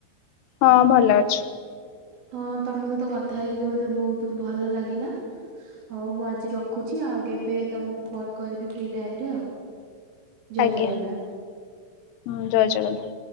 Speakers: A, on the left; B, on the right.
A: ହଁ ଭଲ ଅଛି।
B: ହଁ ତମ ସହିତ କଥା ହେଇକି ବି ମତେ ବହୁତୁ ଭଲ ଲାଗିଲା। ହଉ ମୁଁ ଆଜି ରଖୁଛି ଆଉ କେବେ ତମକୁ ଫୋନ କରିବି ଫ୍ରି ଟାଇମରେ ଆଉ। ଜୟ
A: ଆଜ୍ଞା
B: ଜଗନ୍ନାଥ।
A: ହୁଁ ଜୟ ଜଗନ୍ନାଥ।